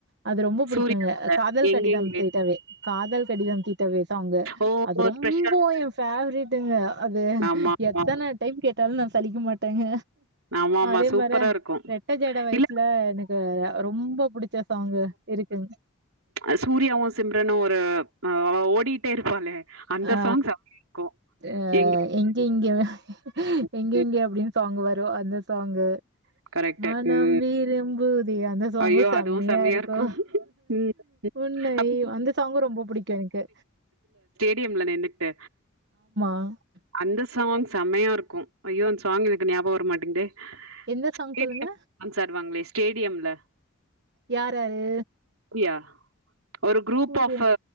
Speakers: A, on the right; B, on the right.
A: அது ரொம்ப பிடிக்குங்க
B: சூர்யா கூட
A: அ காதல்
B: எங்கெங்கே,
A: கடிதம் தீட்டவே காதல் கடிதம் தீட்டவே சாங்கு
B: ஓ!
A: அது ரொம்ப
B: பிரசாந்த்.
A: என் ஃபேவரைட் ட்டங்க அது
B: ஆமாமா.
A: எத்தன டைம் கே ட்டாலு நா சலிக்க மாட்டேங்க
B: ஆமா ஆமா
A: அதே
B: சூப்பரா
A: மார
B: இருக்கு
A: ரெட்ட ஜட வயசுல
B: இல்ல <inaudible>
A: எனக்கு ரொம்ப புடிச்ச சாங்கு இருக்குங்
B: அது சூர்யாவு சிம்ரனு ஒரு ஆ ஓ டிட்டே இருப்பாளே அந்த
A: ஆ
B: சாங்ஸ் செம்மையா இருக்கும்.
A: ஆ
B: எங்க
A: எங்கெங்கே
B: ம்.
A: எங்கெங்கே அப்பிடின்னு சாங்கு வ ரு அந்த சாங்கு
B: கரெக்ட்டு.
A: மனம்
B: ம்.
A: விரும்பு தே அந்த சாங்கு
B: ஐயோ!
A: செமையா
B: அதுவும் செம்மையா
A: இருக்கு
B: இருக்கும். ம்.
A: உன்னை
B: அப்ப
A: அந்த சாங்கு ரொம்ப புடிக்கு எனக்கு
B: டியம்ல நின்னுட்டு
A: ஆ
B: அந்த சாங் செமையா இருக்கு ஐயோ அந்த சாங் எனக்கு ஞாபகோ வரமாட்டேங்குதே
A: எந்த
B: ஸ்டேடியம்
A: சாங் சொல்லுங்க
B: டான்ஸ் ஆடுவாங்களே ஸ்டேடியம்ல
A: யார் யாரு
B: அப்டியா ஒரு குரூப்
A: சூர்யா
B: ஆஃப் அ